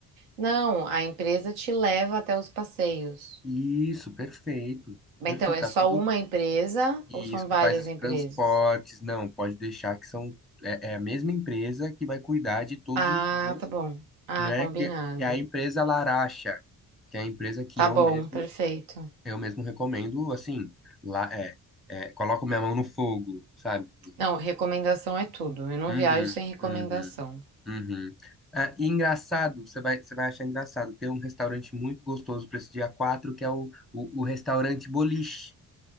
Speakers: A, on the right; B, in the centre.
A: Não, a empresa te leva até os passeios.
B: Isso, perfeito.
A: Bem,
B: Perfeito,
A: Então, é
B: tá
A: só
B: tudo.
A: uma empresa
B: Isso,
A: ou são
B: que
A: várias
B: faz os
A: empresas?
B: transportes. Não, pode deixar que são. É, é a mesma empresa que vai cuidar de todos
A: Ah,
B: os dias,
A: tá bom. Ah,
B: né?
A: combinado.
B: Que, que é a empresa Laracha, que é a empresa que
A: Tá
B: eu
A: bom,
B: mesmo,
A: perfeito.
B: eu mesmo recomendo, assim, lá é, é, coloco minha mão no fogo, sabe, amiga?
A: Não, recomendação é tudo. Eu não
B: Uhum,
A: viajo sem recomendação.
B: uhum. Uhum. Ah, e engraçado, você vai, você vai achar engraçado, tem um restaurante muito gostoso para esse dia 4 que é o, o, o restaurante Boliche.